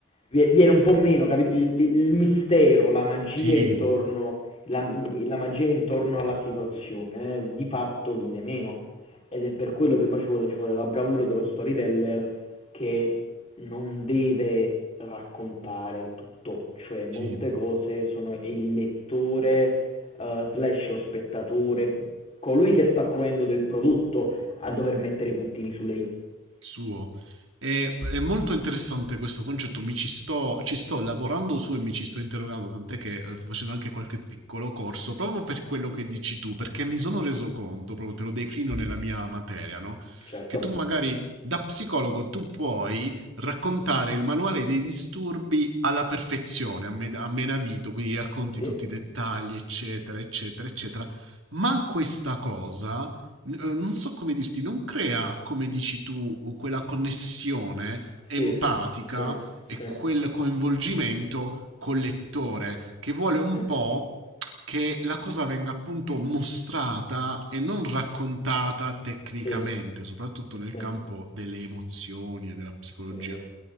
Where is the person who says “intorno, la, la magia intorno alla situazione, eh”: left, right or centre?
Left